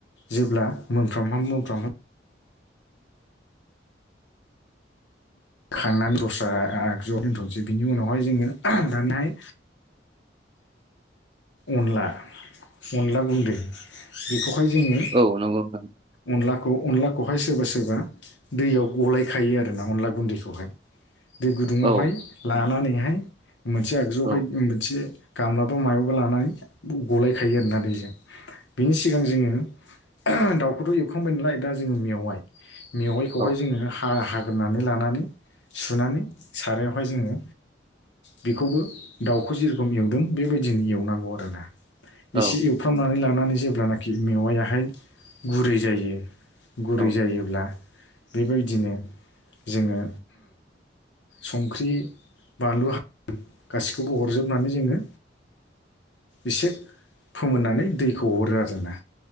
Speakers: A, on the left; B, on the right.
A: जेब्ला मोनफ्रामहाम मोनफ्रामहाम खांनानै दस्रा आगजुआव दोनथ'नोसै बिनि उनावहाय जोंङो दानिहाय- अनला अनला गुन्दै बेखौ बेयाव हाय जोंङो
B: औ नंगौ नोंथां
A: अनला खौ अनलाखौहाय सोरबा सोरबा दैयाव गलायखायो आरोना अनला गुन्दैखौहाय। दै गुदुंङाव
B: औ
A: हाय लानानैहाय मोनसे आगजुआवहाय
B: औ
A: मोनसे गामलाबा मायाव लानानै गलायखायो आरोना दैजों बेनि सिगां जोंङो ओह दाउखौथ' एवखांबाय नालाय दा जोंङो मेवाय। मेवाइखौहाय
B: औ
A: जोङो ह हागोनानै लानानै। सुनानै सारायावहाय जोङो बिखौबो दाउखौ जिरखम एवदों बेबायदि नो एवनांगौ आरो ना
B: औ
A: एसे एवफ्रामनानै लानानैसो जेब्लानाखि मेवायाहाय गुरै जायो गुरै
B: औ
A: जायोब्ला बेबायदिनो जोङो संख्रि बानलु हा गासैखौबो हरजोबनानै जोङो एसे फोमोननानै दैखौ हरो आरो जोंना